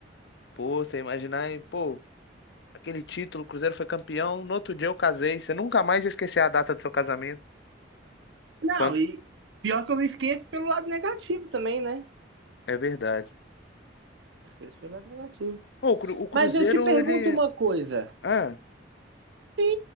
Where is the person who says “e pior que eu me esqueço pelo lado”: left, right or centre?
Right